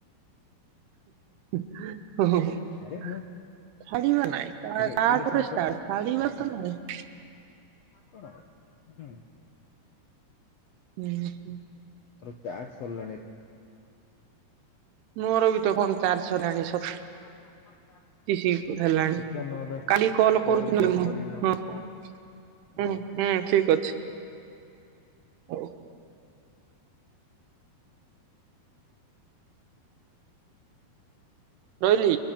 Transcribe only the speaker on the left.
ଆରେ ମୁଁ
ଦେଖେ ଏଇଠି ସମ୍ପ
ଏ
କଣ ହୁଁ।
ମୋର ଚାର୍ଜ ସରିଲାଣିରେ।
<unintelligible>
ଦେଖିବା ନହେଲେ
ପରେ
ଫୋନ
କରିବି
କେତେବେଳେ
ହଉ